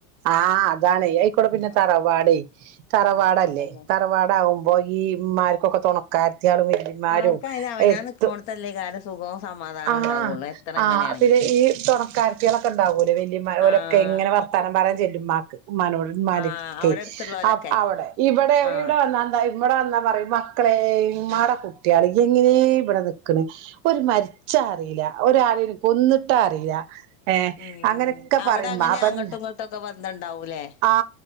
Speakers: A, on the right; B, on the left.
A: ആഹ് അതാണ് അയിക്കൂടെ പിന്നെ
B: ആഹ്
A: തറവാട് തറവാടല്ലേ
B: ആഹ് അതന്നെ
A: ത തറവാടാകുമ്പോ ഈ മ്മാർക്കൊക്കെ തൊണക്കാര്ത്തിയാള് വല്ലിമാരും
B: ആർക്കായാലും അവനാ
A: എര്
B: നിക്കോണത്തല്ലേ
A: ത്ത്.
B: കാരം സുഖവും സമാധാനവും
A: ആഹ്
B: ഉണ്ടാവുള്ളൂ എത്ര
A: ആ
B: എങ്ങനെയാണെങ്കിലും
A: പിന്നെ ഈ തൊണക്കാര്ത്തിയളോ ക്കെണ്ടാവല്ലോ വല്ല്യമ്മ ഓലാക്കെ
B: ആഹ്
A: ങ്ങനെ വർത്താനം പറയാൻ ചെല്ലും മ്മാക്ക് മ്മാനോട്. ഇമ്മാന്റെട്ത്ത്ക്കെ
B: ആഹ് അവിടെ അടുത്തുള്ളോലൊക്കെ
A: അ അവടെ ഇവടെ
B: ആഹ്
A: ഇവടെ വന്നാന്താ. ഇബട വന്നാ പറയും മക്കളെ ഇമ്മാടെ കുട്ട്യാള് എങ്ങനെ ഇബടെ നിക്ക്ണ് ഒരു മര് ച്ചാ അറീല്ല ഒരാലേലും കൊന്ന്ട്ടാ അറീല്ല. ഏഹ്
B: ഉം
A: അങ്ങനൊക്കെ
B: അവിടെ
A: പറിമ്മാ
B: അങ്ങനെ
A: അപ്പം
B: അങ്ങോട്ടും ഇങ്ങോട്ടുംക്കെ ബന്ധണ്ടാവൂലേ
A: ആ